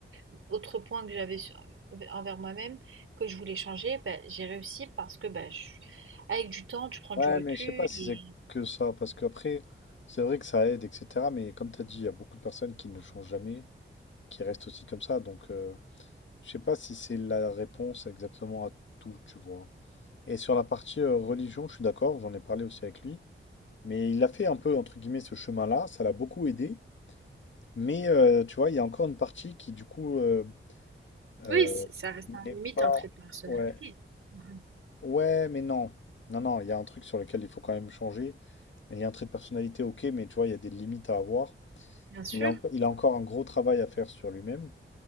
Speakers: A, on the right; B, on the left.
A: heu, autre point que j'avais sur euh, envers moi-même, que je voulais changer, bah, j'ai réussi parce que, bah, je avec du temps, tu prends
B: Ouais,
A: du recul
B: mais je sais pas si
A: et
B: c'est que ça, parce qu'après, c'est vrai que ça aide, etc. Mais comme tu as dit, il y a beaucoup de personnes qui ne changent jamais, qui restent aussi comme ça. Donc, euh, je sais pas si c'est la réponse exactement à tout, tu vois. Et sur la partie euh, religion, je suis d'accord, j'en ai parlé aussi avec lui. Mais il a fait un peu, entre guillemets, ce chemin-là, ça l'a beaucoup aidé. Mais euh, tu vois, il y a encore une partie qui, du coup, euh, euh,
A: Oui, c ça reste
B: n'est
A: un limite,
B: pas.
A: un trait de personnalité.
B: Ouais.
A: Mmh
B: Ouais, mais non. Non, non, il y a un truc sur lequel il faut quand même changer. Il y a un trait de personnalité, ok, mais tu vois, il y a des limites à avoir.
A: Bien sûr.
B: Mais il, y a encore- il a encore un gros travail à faire sur lui-même.